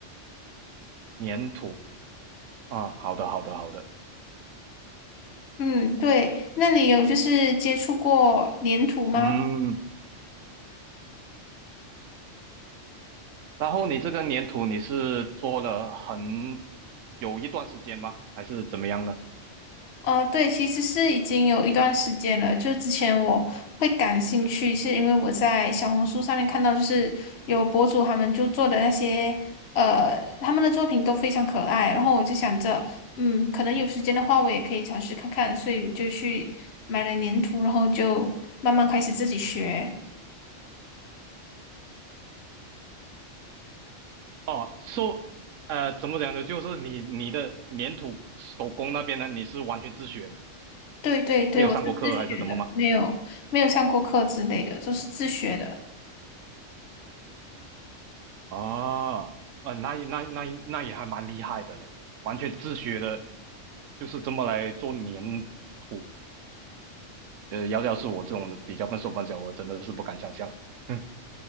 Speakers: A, on the right (about 80°); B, on the left (about 60°).
A: 粘土啊，好的好的好的，
B: 嗯，对，那你有就是接触过粘土吗？
A: 嗯。然后你这个粘土你是做了很有一段时间吗？还是怎么样呢？
B: 呃，对，其实是已经有一段时间了。就之前我会感兴趣，是因为我在小红书上面看到，就是有博主他们就做的那些，呃，他们的作品都非常可爱。然后我就想着，嗯，可能有时间的话，我也可以尝试看看，所以我就去买了粘土，然后就慢慢开始自己学。
A: 哦，说呃，怎么讲呢？就是你你的粘土手工那边呢，你是完全自学的，
B: 对对对，
A: 没有上过课还是怎么吗？
B: 我是自学的，没有没有上过课之类的，都是自学的。
A: 哦，呃，那也那那那也还蛮厉害的嘞，完全自学的，就是这么来做粘土。呃，要要是我这种比较笨手笨脚，我真的是不敢想象。嗯，